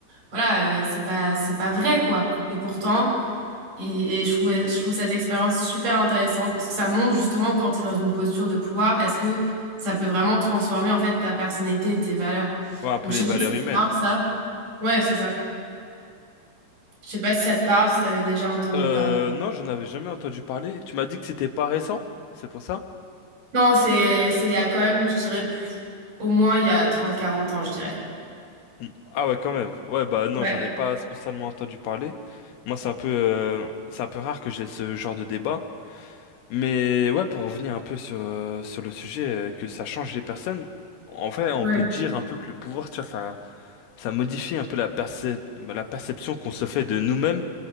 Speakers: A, on the right; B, on the left.
A: voilà, euh, c'est pas c'est pas vrai quoi. Et pourtant, et, et je trouvais je trouve cette expérience super intéressante parce que ça montre justement quand tu es dans une posture de pouvoir, est-ce que ça peut vraiment transformer en fait ta personnalité et tes valeurs.
B: Ouais, un
A: Donc
B: peu les
A: je sais pas
B: valeurs
A: si c'est
B: humaines.
A: ça. Ouais, c'est ça. Je sais pas si ça te parle, si t'avais déjà entendu
B: Euh,
A: parler.
B: non, j'en avais jamais entendu parler. Tu m'as dit que c'était pas récent, c'est pour ça?
A: Non, c'est, c'est il y a quand même, je dirais, plus- au moins il y a trente quarante ans, je dirais.
B: Mm. Ah ouais, quand même. Ouais, bah non,
A: Ouais.
B: j'en ai pas spécialement entendu parler. Moi, c'est un peu, euh, c'est un peu rare que j'ai ce genre de débat. Mais ouais, pour revenir un peu sur, euh, sur le sujet, euh, que ça change les personnes, en vrai, on
A: Ouais.
B: peut dire un peu que le pouvoir, tu vois, ça, ça modifie un peu la percep- la perception qu'on se fait de nous-mêmes